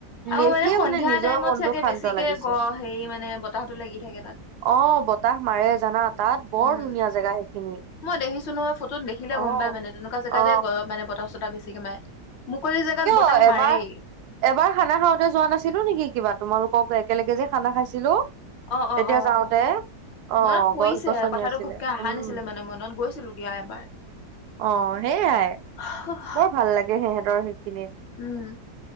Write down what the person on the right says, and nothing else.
দেখিয়ে
নিজৰ
মনটো
শান্ত
লাগিছে
অঁ', বতাহ মাৰে জানা তা'ত, বৰ
ধুনীয়া জেগা সেইখিনি।
অ
অ
অ' এবাৰ
এবাৰ খানা খাওঁতে যোৱা নাছিলো নেকি কিবা তোমালোকক একেলগে যে খানা খাইছিলো।
তেতিয়া
যাওঁতে
অ
গছ গছনি
আছিলে
উম
অঁ', সেইয়াই।
বৰ ভাল লাগে সিহঁতৰ সেইখিনিত।